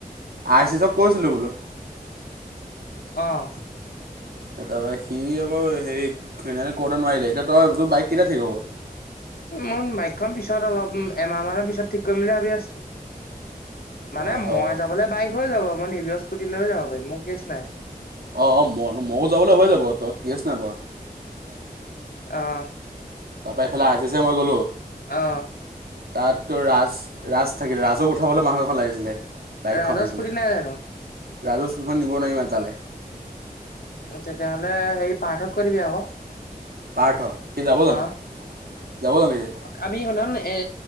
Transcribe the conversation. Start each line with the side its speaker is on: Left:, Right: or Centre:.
Right: আৰ্চিছক কৈছিলো বোলো।
Left: অহ।
Right: তাৰপৰা সি আকৌ হেৰি কওতে নোৱাৰিলে। এতিয়া তই তোৰ বাইক কেতিয়া ঠিক হ'ব।
Left: মোৰ বাইক খন পিছত অলপ এমাহ মানৰ পিছত ঠিক কৰিম বুলি ভাবি আছো। মানে
Right: অ',
Left: মই
Right: অ'।
Left: যাবলৈ বাইক হৈ যাব। মই নিজৰ স্কুটি লৈয়ও যাব পাৰিম মোৰ কেচ নাই।
Right: অ ম ময়ো যাবলৈ হৈ যাব তই কেচ নাই বাৰু।
Left: অহ।
Right: তাপা এইফালে অৰ্চিছে মই গ'লো-
Left: অহ।
Right: তাত তো ৰাজ ৰাজ থাকিলে ৰাজক উঠাবলৈ বাহন এখন লাগিছিলে। বাইকখন
Left: ৰাজৰ
Right: লাগিছিলে
Left: স্কুটি নাই জানো?
Right: ৰাজৰ স্কুটিখন নিব নোৱাৰিম তালে।
Left: তেতিয়াহ'লে সেই পাৰ্থক কৈ দিবি আকৌ।
Right: পাৰ্থ সি যাব জানো
Left: অ
Right: যাব জানো সি?
Left: আমি সেইদিনাখন এ